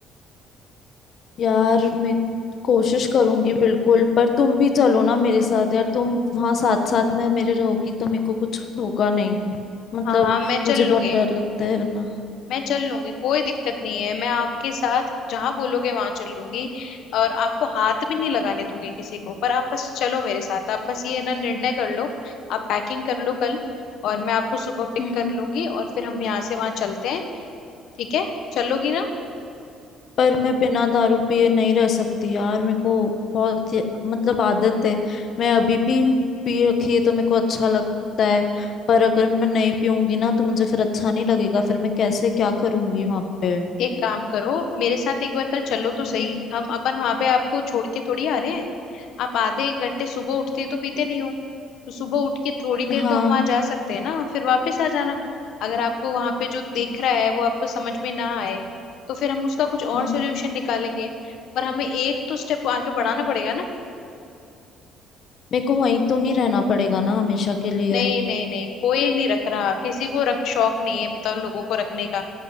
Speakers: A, on the left (about 50°); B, on the left (about 65°).
A: यार मैं कोशिश करूंगी बिल्कुल पर तुम भी चलो ना मेरे साथ यार तुम वहां साथ साथ में मेरे रहोगी तो मेरे को कुछ होगा नहीं मतलब
B: हाँ हाँ मैं चल
A: मुझे बहुत
B: लूंगी
A: डर लगता है वरना
B: मैं चल लूंगी कोई दिक्कत नहीं है मैं आपके साथ जहां बोलोगे वहां चल लूंगी और आपको हाथ भी नहीं लगाने दूंगी किसी को पर आप बस चलो मेरे साथ आप बस ये ना निर्णय कर लो आप पैकिंग कर लो कल और मैं आपको सुबह पिक
A: हम्म
B: कर लूंगी और फिर हम यहाँ से वहां चलते हैं ठीक है चलोगी ना
A: पर मैं बिना दारू पिए नहीं रह सकती यार मेरे को बहुत ये- मतलब आदत है मैं अभी भी पी रखी है तो मेरे को अच्छा लगता है पर अगर मैं नहीं पीऊंगी ना तो मुझे फिर अच्छा नहीं लगेगा फिर मैं कैसे क्या करूंगी वहां पे
B: एक काम करो मेरे साथ एक बार कल चलो तो
A: हम्म
B: सही हम अपन वहां पे आपको छोड़ के थोड़ी आ रहे हैं आप आधे एक घंटे सुबह उठते ही तो पीते नहीं हो तो सुबह उठ के थोड़ी देर
A: हाँ
B: तो हम वहां जा सकते हैं ना फिर वापस आ जाना अगर आपको वहां पे जो दिख रहा है वो आपको समझ में ना आए तो फिर हम उसका कुछ और
A: हम्म
B: सोल्यूशन निकालेंगे पर हमें एक तो स्टेप आगे बढ़ाना पड़ेगा ना
A: मेरे को वहीं तो नहीं रहना पड़ेगा ना हमेशा के लिए
B: नहीं नहीं नहीं कोई नहीं रख रहा किसी को रख शौक नहीं है बताओ लोगों को रखने का